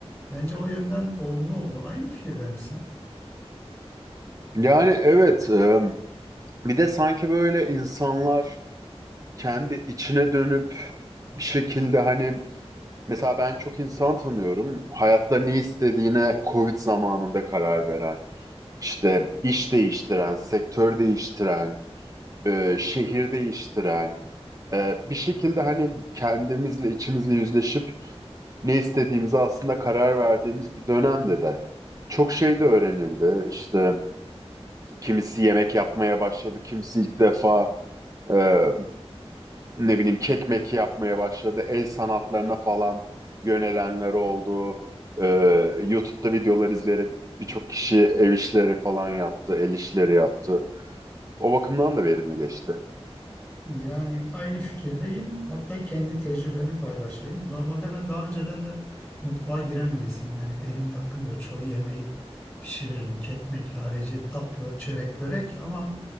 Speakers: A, on the left; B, on the right.
A: Bence o yönden olumlu oldu. Aynı fikirde misin?
B: Yani evet, e, bir de sanki böyle insanlar kendi içine dönüp bir şekilde hani mesela ben çok insan tanıyorum. Hayatta ne istediğine Covid zamanında karar veren, işte iş değiştiren, sektör değiştiren, e, şehir değiştiren, e, bir şekilde hani kendimizle içimizle yüzleşip ne istediğimize aslında karar verdiğimiz bir dönemde de çok şey de öğrenildi. İşte kimisi yemek yapmaya başladı, kimisi ilk defa e, ne bileyim kek meki yapmaya başladı. El sanatlarına falan yönelenler oldu. E, YouTube'da videolar izleyerek birçok kişi ev işleri falan yaptı, el işleri yaptı. O bakımdan da verimli geçti.
A: Yani aynı fikirdeyim. Hatta kendi tecrübemi paylaşayım. Normalde ben daha önceden de mutfağa giren birisiyim. Yani elim yatkındır. Çoğu yemeği pişiririm. Kekmek harici tatlı, çörek, börek ama